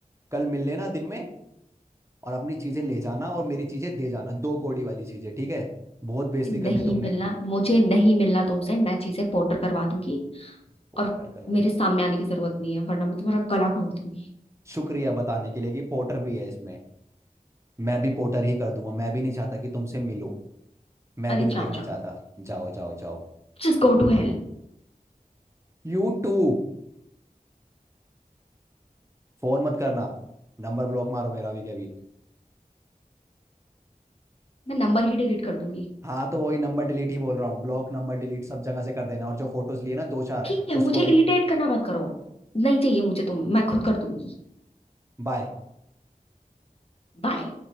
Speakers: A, on the right; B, on the left.
A: कल मिल लेना दिन में और अपनी चीजें ले जाना और मेरी चीजें दे जाना दो कौड़ी वाली चीजें ठीक है बहुत
B: मुझे
A: बेइज्जती कर
B: नहीं
A: ली तुमने
B: मिलना मुझे नहीं मिलना तुमसे मैं चीजें पोटर करवा दूंगी
A: पोर्टर
B: और
A: करवा
B: मेरे
A: दी
B: सामने आने की जरूरत नहीं है वरना मैं तुम्हारा गला घोट दूंगी
A: शुक्रिया बताने के लिए कि पोर्टर भी है इसमें मैं भी पोर्टर ही कर दूंगा मैं भी नहीं चाहता कि तुमसे मिलूं मैं
B: अरे
A: भी नहीं
B: जाओ
A: देखना
B: जाओ
A: चाहता जाओ जाओ जाओ
B: Just go to hell
A: You too फोन मत करना नंबर ब्लॉक मारो मेरा भी कभी
B: मैं नंबर ही डिलीट कर दूंगी
A: हाँ तो वही नंबर डिलीट ही बोल रहा हूँ ब्लॉक नंबर डिलीट सब जगह से कर देना और जो फोटोज लिए ना दो चार
B: ठीक है
A: उसको
B: मुझे
A: भी
B: इरिटेट करना मत करो नहीं चाहिए मुझे तुम मैं खुद कर दूंगी
A: बाय
B: बाय